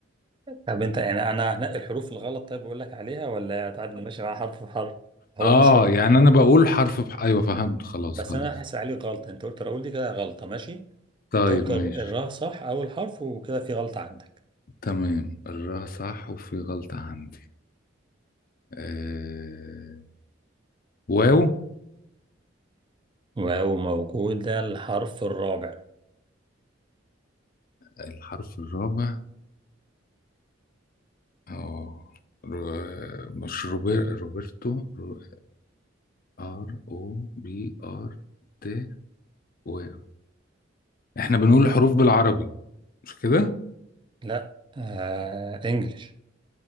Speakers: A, on the right; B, on the left.
A: طب انت يعني انا هنقي الحروف الغلط طيب بقول لك عليها ولا هتقعد ماشي مع حرف بحرف هو
B: اه
A: مش رأ...
B: يعني انا بقول حرف بح... ايوه فهمت خلاص
A: بس
B: خلاص
A: انا هحاسب عليك غلطه انت قلت راؤول دي كده غلطه ماشي
B: طيب
A: انت قلت
B: ماشي
A: الراء صح اول حرف وكده في غلطه عندك
B: تمام الراء صح وفي غلطة عندي آه... واو
A: واو موجوده الحرف الرابع
B: الحرف الرابع اه ر- مش روبر... روبرتو رو... ار او بي ار تي واو احنا بنقول الحروف بالعربي مش كده
A: لا آه انجلش